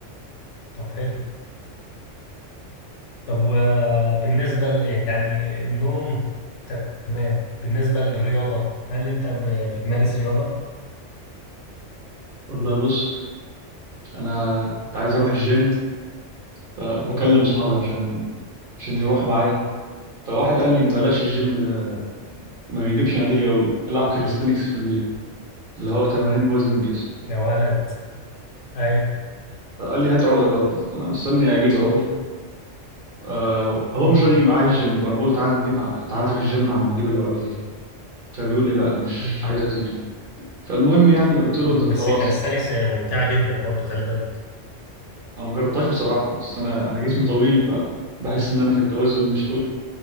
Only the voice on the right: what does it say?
والله بص انا كنت عايز اروح الجيم فبكلم اصحابي
عشان عشان يروحوا معايا فواحد قال لي بلاش الجيم ده ما بيجيبش نتيجه قوي العب كاليستينكس في البيت اللي هو تمارين بوزن الجسم
فقال لي هات عقله بقى وكده انا مستني اجيب عقله آه هو
مش راضي يجي معايا الجيم فانا بقول تعالى نجيب ع- تعالى نروح الجيم عم اجيب العقله دي فبيقول لي لا مش
عايز انزل جيم فالمهم يعني قلت له
طب
خلاص
انا ما جربتهاش بصراحه بس انا انا جسمي طويل فبحس ان انا في التوازن مش قوي